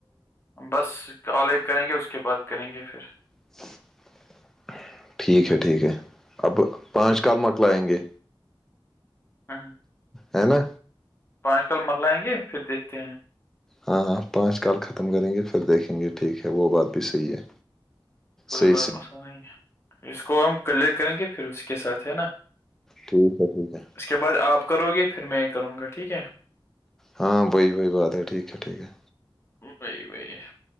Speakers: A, on the left; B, in the centre.
A: بس کال ایک کریں گے اس کے بعد کریں گے پھر
B: <unintelligible> ٹھیک ہے ٹھیک ہے اب پانچ کال مکلائیں گے
A: ہاں
B: ہے نا
A: پانچ کل مکگلائیں گے پھر دیکھتے ہیں
B: ہاں پانچ کال ختم کریں گے پھر دیکھیں گے ٹھیک ہے وہ بات بھی صحیح ہے
A: کوئی
B: صحیح
A: بات
B: صحیح
A: مسئلہ نہیں اس کو ہم کلیر کریں گے پھر اس کے ساتھ ہے نا
B: ٹھیک ہے ٹھیک ہے
A: اس کے بعد آپ کرو گے پھر میں کروں گا ٹھیک ہے
B: ہاں بی بی بات ہے ٹھیک ہے ٹھیک ہے
A: بی بی ہے